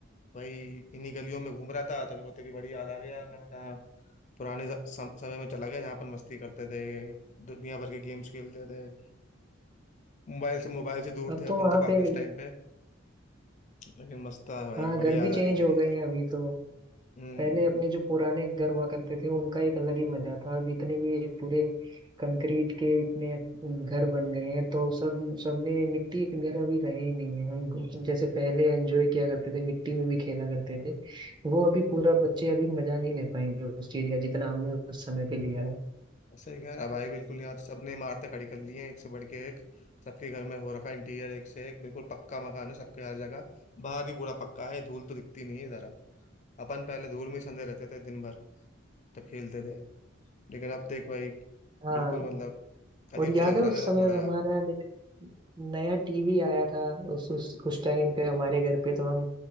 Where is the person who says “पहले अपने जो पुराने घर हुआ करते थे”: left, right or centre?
Right